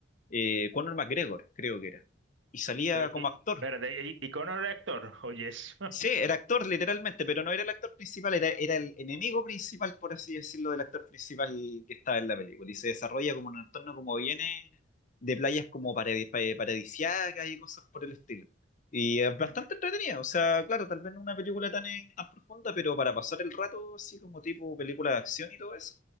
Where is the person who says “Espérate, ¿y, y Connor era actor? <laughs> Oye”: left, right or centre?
Right